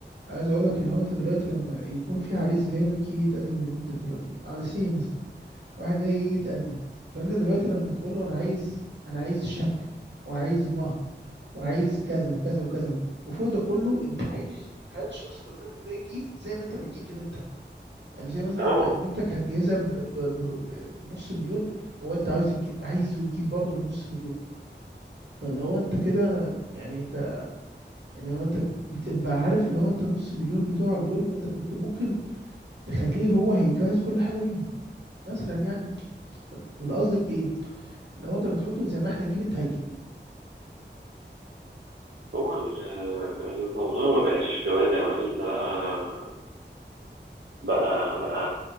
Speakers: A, on the right; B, on the right.
A: عايز اقول لك اللي هو انت دلوقتي لما يكون في عريس جاي لك يجي يتقدم لبنتك دلوقتي عريسيه مثلا واحد جاي يجي يتقدم فانت دلوقتي لما تقول له انا عايز انا عايز شبكه وعايز مهر وعايز كذا وكذا وكذا وفوق ده كله انت عايز انت عايز الشخص اللي قدامك ده يجيب زي ما انت بتجيب لبنتك يعني زي مثلا
B: اه
A: انت بنتك هتجهزها ب... ب... ب... ب- بنص مليون وانت عايز يجي... عايزه يجيب برضه بنص مليون فاللي هو انت كده يعني انت يعني لو انت بتبقى عارف اللي هو انت نص مليون بتوعك دول ما انت كنت ممكن تخليه هو هيجهز كل حاجه بيهم مثلا يعني القصد في ايه لو انت بتحطه زي ما احنا نجيب انت هتجيب
B: هو ال- الموضوع ما بقاش جواز يا معلم ده بقى بقى بقى